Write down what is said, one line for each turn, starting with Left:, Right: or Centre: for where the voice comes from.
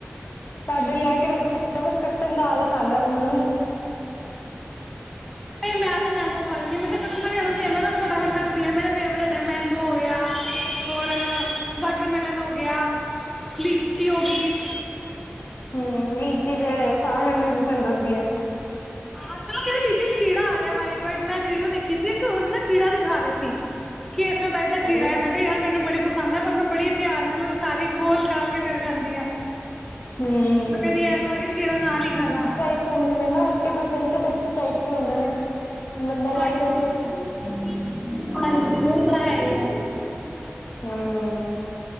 Left: ਸਾਡੇ ਲਿਆ ਕੇ ਰੱਖੇ ਹੋਏ ਦੇ ਨੇ ਬਸ ਕੱਟਣ ਦਾ ਆਲਸ ਆਉਦਾ ਬੰਦੇ ਨੂੰ।
Centre: ਨਹੀਂ ਮੈਂ ਤਾਂ ਮੈਂਗੋ ਖਾ ਲੈਂਦੀ ਆ ਮੈਨੂੰ ਕੱਣ ਦਾ ਵੀ ਆਲਸ ਨੀ ਆਉਂਦਾ ਮੈਂ ਤਾਂ ਫ਼ਟਾ ਫੱਟ ਕਟਦੀ ਆਂ ਮੇਰਾ ਫੇਵਰੇਟ ਹੈ ਮੈਂਗੋ ਹੋ ਗਿਆ। ਹੋਰ ਵਾਟਰਮੈਲਨ ਹੋ ਗਿਆ ਲੀਚੀ ਹੋ ਗਈ।
Left: ਹਮ ਲੀਚੀ ਤੇ ਸਾਰਿਆਂ ਨੂੰ ਵੀ ਪਸੰਦ ਹੁੰਦੀ ਹੈ,
Centre: ਆਸਾ ਦੇ ਵਿਚ ਕੀੜਾ ਆ ਰਿਹਾ ਵਾਈਟ ਵਾਈਟ ਮੈਂ ਵੀਡੀਓ ਦੇਖੀ ਸੀ ਇੱਕ ਉਸ ਨਾ ਕੀੜਾ ਦਿਖਾ ਰਹੇ ਸੀ,
Left: <inaudible>
Centre: ਕਿ ਇਸਰ੍ਹਾਂ ਟਾਈਪ ਦਾ ਕੀੜਾ
Left: ਅਰੇ
Centre: ਹੈ ਮੈਂ ਕਿਹਾ ਯਾਰ ਮੈਨੂੰ ਬੜੀ ਪਸੰਦ ਹੈ ਪਰ ਮੈਂ ਬੜੇ ਧਿਆਨ ਨਾਲ ਸਾਰੀ ਖੋਲ ਖਾਲ ਕੇ ਫੇਿਰ ਖਾਂਦੀ ਹਾਂ,
Left: ਹੂੰ,
Centre: ਮੈਂ ਕਦੀ ਐ ਨਾ ਹੋ ਕਿ ਕੀੜਾ ਨਾ ਨੀ ਖਾ ਜਾ
Left: ਸੌਦੇ ਰੇ ਨਾ ਪੈਸਟੀ ਸਾਈਡ ਹੁੰਦੇ ਨੇ, ਬੰਦਾ ਲਾਏਗਾ
Centre: ਹਾਂਜੀ
Left: ਇੱਥੋਂ
Centre: ਹ ਹਾਂਜੀ ਉਹ ਤਾਂ ਹੈ ਹੀ ਆ
Left: <unintelligible>